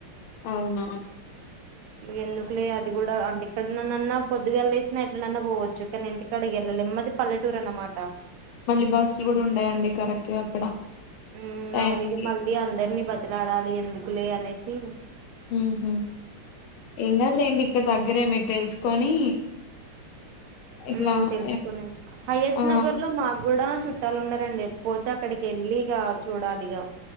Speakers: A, on the left; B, on the right.
A: అవునా
B: ఎందుకులే అది కూడా అంటే ఇక్కడన్నా పొద్దుగా లేసినా ఎట్లనన్నా పోవచ్చు కానీ, ఇంటికాడ వెళ్ళలేము అది పల్లెటూరు అనమాట.
A: మళ్ళి బస్సులు కూడా ఉన్నాయండి కరెక్ట్ గా అక్కడ
B: ఉమ్
A: టైం
B: అవును ఇగ
A: కి
B: మళ్ళీ అందరినీ బతిలాడాలి ఎందుకు కులే అనేసి
A: ఉహు ఏం కాదు లేండి ఇక్కడ దగ్గరే మీరు తెలుసుకొని ఇట్లా
B: ఊమ్ తెలుసుకోండి హయత్
A: ఆ
B: నగర్ లో మా కూడా చు చట్టాలు ఉన్నారండి పోతే అక్కడికి వెళ్ళి ఇగా చూడాలి ఇగ